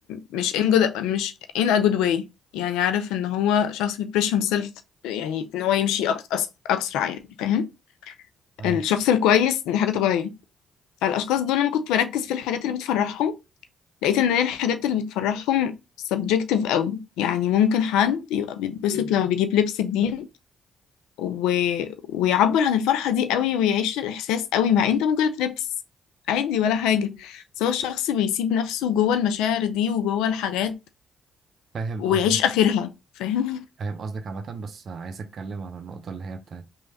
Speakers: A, on the left; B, on the right.
A: مش in good مش in a good way يعني عارف ان هو شخص بيبريش himself يعني ان هو يمشي أك- أس- اسرع يعني فاهم
B: فاهم
A: الشخص الكويس دي حاجة طبيعية فالاشخاص دول لما كنت بركز في الحاجات اللي بتفرحهم لقيت ان هي الحاجات اللي بتفرحهم subjective قوي يعني ممكن حد يبقى بيتبسط لما بيجيب لبس جديد و... ويعبر عن الفرحة دي قوي ويعيش الإحساس قوي مع انت ممكن تلبس عادي ولا حاجة بس هو الشخص بيسيب نفسه جوه المشاعر دي وجوه الحاجات
B: فاهم
A: ويعيش
B: قصدك
A: آخرها فاهم
B: فاهم قصدك عامة بس عايز أتكلم عن النقطة اللي هي بتاعت